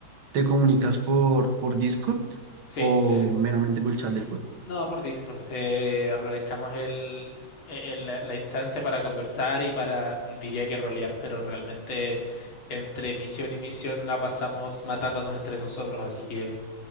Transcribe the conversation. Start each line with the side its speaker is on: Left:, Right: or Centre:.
Right: ¿te comunicas por, por Discord
Left: Sí,
Right: o
Left: que-
Right: meramente por el chat del juego?
Left: no, por Discord. eh, aprovechamos el, e-, el- la la instancia para conversar y para, diría que rolear, pero realmente entre misión y misión la pasamos matándonos entre nosotros, así que